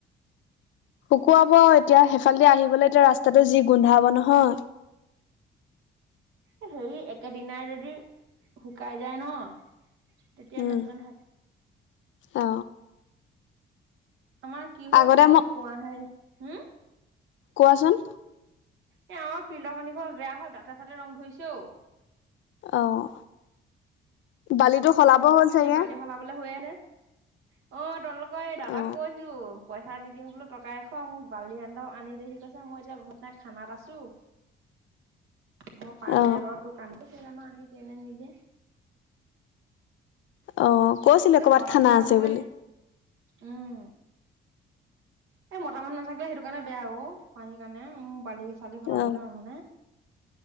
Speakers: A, on the left; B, on the right.
A: শুকুৱাব আৰু এতিয়া, সেইফালেদি আহিবলৈ এতিয়া ৰাস্তাটো যি গোন্ধাব নহয়।
B: এ হেৰি একেদিনাই যদি শুকাই যায় ন তেতিয়া
A: উম
B: নোগোন্ধায়।
A: অ।
B: আমাৰ কি হ'ল
A: আগতে
B: এই
A: মোক
B: কোঁৱাই সেই, হম?
A: কোৱাচোন?
B: এ আমাৰ ফিল্ডাৰ পানী বৰ বেয়া হল, দাঁতে চাতে ৰং ধৰিছে অ।
A: অহ, বালিটো সলাব হ'ল চাগে
B: এ বালি সলাবলে হৈ আছে অ তোমলোকৰ এই দাদাক
A: অ
B: কৈছো পইচা পিঠা দি দিওঁ বোলো টকা এশ মোক বালি আন্দ আনি দেই ঠিক আছে মই এতিয়া ঘৰত নাই খানাত আছোঁ। মই পাৰিলে
A: অ
B: বাৰু দোকান কেইজানো আনি দিয়ে নে নিদিয়ে?
A: অ। কৈছিলে
B: এই
A: কৰ'বাত
B: মটামানুহ
A: খানা
B: নাথাকিলে
A: আছে বুলি
B: উম। এই মতা মানুহ নাথাকিলে সেইটো কাৰণে বেয়া অ পানীৰ কাৰণে অ বালি চালি সলাবলৈ
A: অ
B: মানুহ নাই।